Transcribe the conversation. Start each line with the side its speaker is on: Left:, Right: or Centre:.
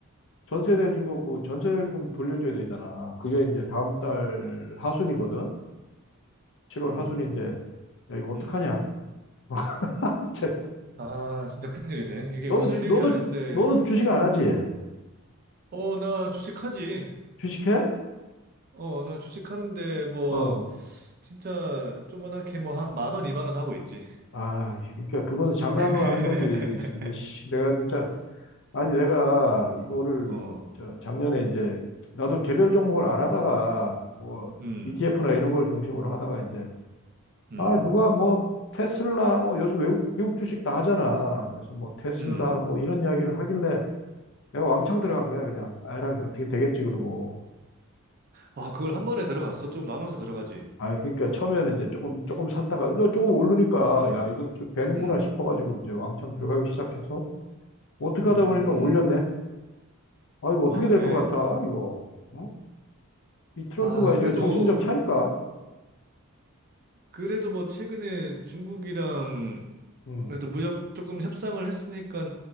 Left: 전세 내준 거 그 전세금 돌려줘야 되잖아. 그게 이제 다음 달 하순이거든. 7월
Right: 음,
Left: 하순인데 야 이거 어떡하냐?
Right: 음.
Left: <laughs> 진짜
Right: 아, 진짜 큰일이네. 이게
Left: 너는
Right: 웃을
Left: 주-
Right: 일이
Left: 너도
Right: 아닌데.
Left: 너도 주식 안 하지?
Right: 어, 나 주식하지.
Left: 주식해?
Right: 어, 나 주식하는데, 뭐,
Left: 어.
Right: 진짜 조그맣게 뭐 한 만 원, 이만 원 하고 있지.
Left: 아, 그러니까 그거는 장난으로
Right: <laughs>
Left: 하는 거지. 이제 씨, 내가 진짜 아니 내가 이거를
Right: 어,
Left: 저 작년에 이제 나도 개별 종목을 안 하다가 뭐
Right: 음,
Left: ETF나 이런 걸 중심으로 하다가 이제
Right: 음,
Left: 아 누가 뭐 테슬라 뭐 요즘 외국 미국 주식 다 하잖아. 그래서 뭐 테슬라
Right: 음.
Left: 뭐 이런 이야기를 하길래 내가 왕창 들어간 거야 그냥. 아라 어떻게 되겠지 그러고.
Right: 아, 그걸 한 번에 들어갔어? 좀 나눠서 들어가지.
Left: 아 그러니까 처음에는 이제 조금 조금 샀다가 너 조금 오르니까
Right: 음,
Left: 야 이거 좀 되는구나
Right: 음,
Left: 싶어가지고 이제 왕창 들어가기 시작해서 어떻게
Right: 음.
Left: 하다 보니까 올렸네. 아, 이거 어떻게
Right: 아, 그래.
Left: 될 것 같아, 이거. 어? 이 트럼프가
Right: 아,
Left: 이제
Right: 그래도,
Left: 정신 좀 차릴까?
Right: 그래도 뭐 최근에 중국이랑
Left: 음,
Right: 그래도 무역 조금 협상을 했으니까